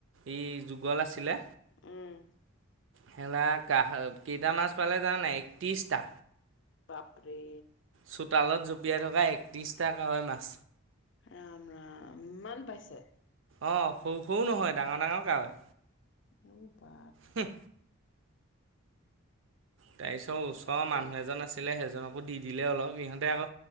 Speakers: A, on the right; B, on the left.
A: এই যুগল আছিলে
B: উম।
A: সো কেইটা মাছ পালে জানানাই একত্ৰিশটা
B: বাপৰে
A: চোতালত জঁপিয়াই থকা একত্ৰিশটা কাৱৈ মাছ
B: ৰাম ৰাম ইমান পাইছে
A: অ' সৰু সৰু নহয় ডাঙৰ ডাঙৰ কাৱৈ
B: অ' বা
A: হম তাৰ পিছত ওচৰৰ
B: তাকে।
A: মানুহ এজন আছিলে সেইজনকো দি দিলে অলপ ইহঁতে আকৌ